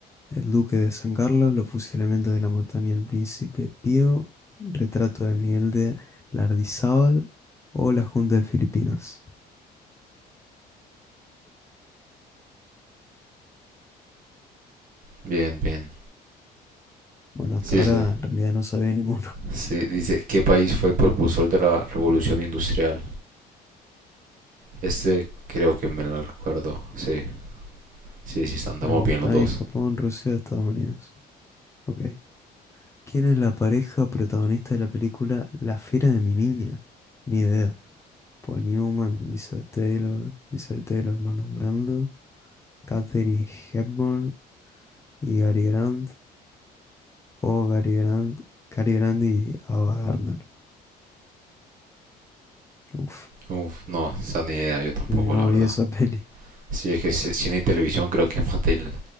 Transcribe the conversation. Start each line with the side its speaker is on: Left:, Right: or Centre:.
Left: El Duque de San Carlos, Los fusilamientos de la montaña del Príncipe Pío, Retrato de Miguel de Lardizábal o la Junta de Filipinas.
Right: Bien, bien.
Left: Bueno, hasta
Right: Sí,
Left: ahora
Right: sí,
Left: en realidad no sabía <laughs> ninguno.
Right: sí. Dice, ¿qué país fue el propulsor de la revolución industrial? Este creo que me lo recuerdo. Sí, sí, sí, andamos
Left: Gran
Right: bien
Left: Bretaña,
Right: los dos.
Left: Japón, Rusia, Estados Unidos. Ok. ¿Quién es la pareja protagonista de la película La Fiera de mi Niña? Ni idea. Paul Newman, Elizabeth Taylor, Elizabeth Taylor, Marlon Brando, Katherine Hepburn y Gary Grant, o Gary Grant, Cary Grant y Ava Gardner. Uf,
Right: Uf, no, esa ni idea, yo tampoco,
Left: no
Right: la verdad.
Left: vi esa peli.
Right: Sí, es que c- cine y televisión creo que es más del,